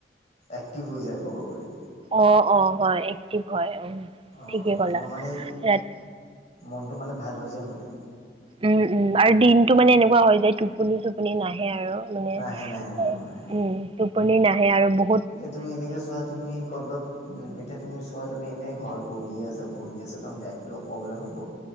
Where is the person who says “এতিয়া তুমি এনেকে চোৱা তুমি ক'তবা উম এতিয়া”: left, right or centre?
Left